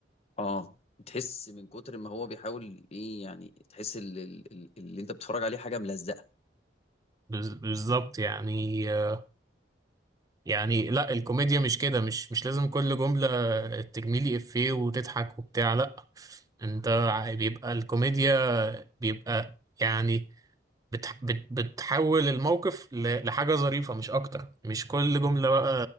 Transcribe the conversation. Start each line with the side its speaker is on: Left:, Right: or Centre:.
Left: آه، تحس من كتر ما هو بيحاول ايه يعني تحس اللي, اللي انت بتتفرج عليه حاجه ملزقه
Right: بز- بالظبط يعني آه، يعني لا الكوميديا مش كده مش مش لازم كل جملة ترميلي إفيه وتضحك وبتاع لا أنت ع- بيبقى الكوميديا بيبقى يعني بتح... بت... بتحول الموقف ل... لحاجة ظريفة مش أكتر مش كل جملة بقى